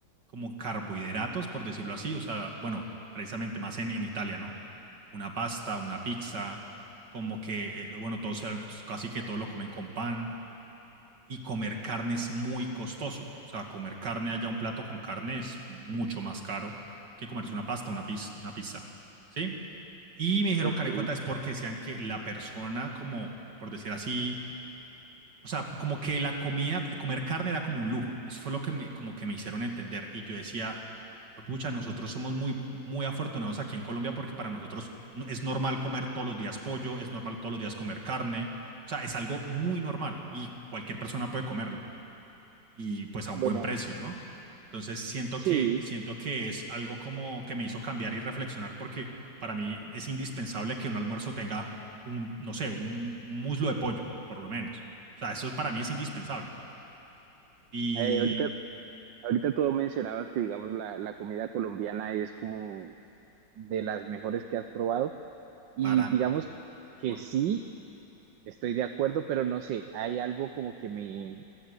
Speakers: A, on the right (about 65°); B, on the right (about 80°).
A: como carbohidratos, por decirlo así, o sea, bueno, precisamente más en, en Italia, ¿no? Una pasta, una pizza, como que, eh, bueno, todos, eh, casi que todo lo comen con pan, y comer carne es muy costoso, o sea, comer carne allá, un plato con carne es mucho más caro que comerse una pasta, una, piz- una pizza, ¿sí? Y me dijeron,
B: ok,
A: Karen cuenta, es porque decían que la persona, como por decir así, o sea, como que la comida, comer carne era como un lujo. Eso fue lo que me, como que me hicieron entender. Y yo decía, pucha, nosotros somos muy, muy afortunados aquí en Colombia porque para nosotros no- es normal comer todos los días pollo, es normal todos los días comer carne. O sea, es algo muy normal y cualquier persona puede comerlo y pues a un
B: bueno,
A: buen precio, ¿no? Entonces siento
B: sí,
A: que, siento que es algo como que me hizo cambiar y reflexionar porque para mí es indispensable que un almuerzo tenga un, no sé, un muslo de pollo, por lo menos. O sea, eso para mí es indispensable. Y
B: eh, ahorita, ahorita tú mencionabas que, digamos, la, la comida colombiana es como de las mejores que has probado y
A: para
B: digamos
A: mejor,
B: que sí, estoy de acuerdo, pero no sé, hay algo como que me